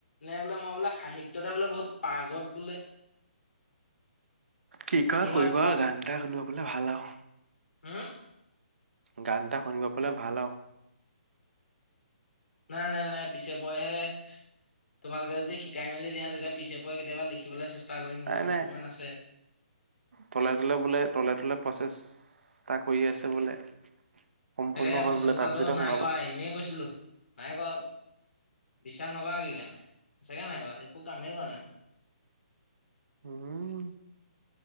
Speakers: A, on the left; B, on the right.
A: নে বোলে মই বোলে সাহিত্যতে বোলে বহুত পাৰ্গত বোলে।
B: কি কৰে
A: কিহত
B: কৰিব আও, গান এটা শুনিব পালে ভাল আও।
A: হম?
B: গান এটা শুনিব পালে ভাল আৰু।
A: নাই নাই নাই পিছে পয় হে তোমালোকে যদি শিকাই মেলি দিয়া তেতিয়া পিছে পৰে কেতিয়াবা লিখিবলে চেষ্টা কৰিম
B: নাই
A: মন
B: নাই
A: অকমান আছে।
B: তলে তলে বোলে তলে তলে প্ৰচেষ্টা কৰি আছে বোলে। সম্পূৰ্ণ
A: তাকে
B: হ'ল
A: প্ৰচেষ্টাতটো
B: বোলে তাৰপিছতে
A: নাই
B: শুনাব
A: কৰা এনেই কৈছিলো নাই কৰা অ। বিশ্বাস নকৰা কি কাৰণে বিশ্বাসে নাই কৰা একো কামেই কৰা নাই মই
B: উম